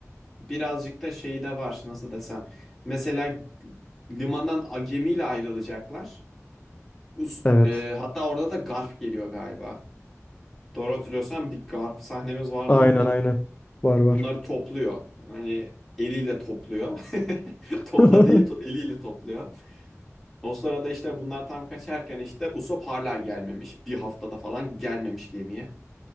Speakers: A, in the centre; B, on the left.
A: birazcık da şeyi de var nasıl desem. Mesela limandan a- gemiyle ayrılacaklar. Us-
B: Evet.
A: e, hatta orada da Garp geliyor galiba. Doğru hatırlıyorsam bir Garp sahnemiz vardı
B: Aynen
A: orada.
B: aynen. Var var.
A: Bunları topluyor. Hani eliyle topluyor. <laughs>
B: <laughs>
A: Topla değil to- eliyle topluyor. O sırada işte bunlar tam kaçarken işte Usopp hala gelmemiş. Bir haftada falan gelmemiş gemiye.